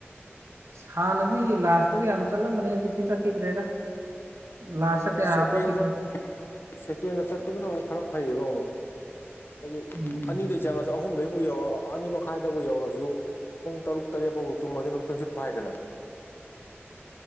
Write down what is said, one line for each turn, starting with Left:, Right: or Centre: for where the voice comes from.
Right: ꯍꯥꯟꯅꯗꯤ ꯂꯥꯁꯇꯒ ꯌꯥꯝ ꯆꯠꯂꯝꯕꯅꯦ ꯍꯧꯖꯤꯛꯇꯤ ꯆꯠꯈꯤꯗ꯭ꯔꯦꯗ ꯂꯥꯁꯇ
Left: ꯑꯩ
Right: ꯀꯌꯥ
Left: ꯁꯦꯀꯦꯟꯗ
Right: ꯍꯥꯞꯄꯛꯈꯤꯗ꯭ꯔꯦ
Left: ꯁꯦꯀꯦꯟꯗ ꯆꯠꯄꯗꯨꯅ ꯑꯃꯨꯛ ꯈꯔ ꯐꯩꯌꯦꯕꯣ ꯍꯥꯏꯗꯤ
Right: ꯎꯝ
Left: ꯑꯅꯤꯗꯩ ꯆꯪꯉꯁꯨ ꯑꯍꯨꯝꯗꯩ ꯕꯨ ꯌꯧꯔ ꯑꯅꯤ ꯃꯈꯥꯏꯗꯕꯨ ꯌꯧꯔꯁꯨ ꯄꯨꯡ ꯇꯔꯨꯛ ꯇꯔꯦꯠ ꯐꯥꯎꯕ ꯇꯨꯝ ꯃꯊꯟ ꯊ ꯁꯤꯠ ꯐꯥꯏꯗꯅ